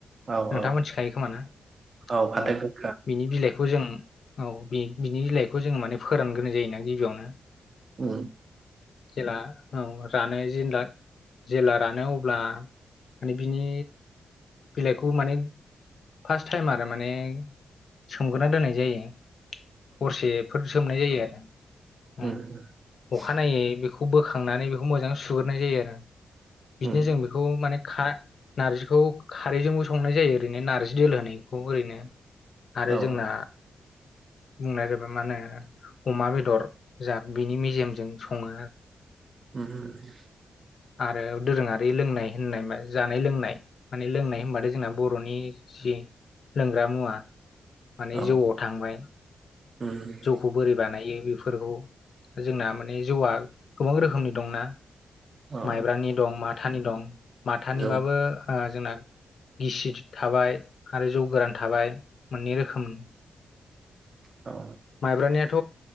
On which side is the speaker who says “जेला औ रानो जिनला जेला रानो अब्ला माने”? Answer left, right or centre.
Left